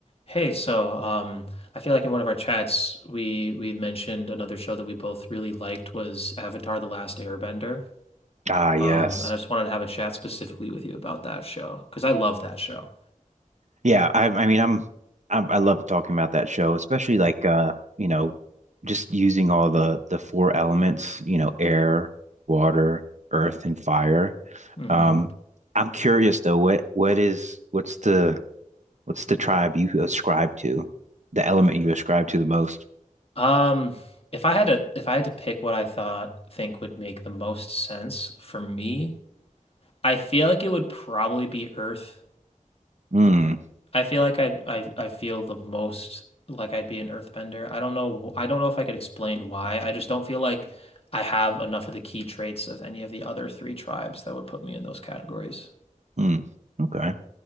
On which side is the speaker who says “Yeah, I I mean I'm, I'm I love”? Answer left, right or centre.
Right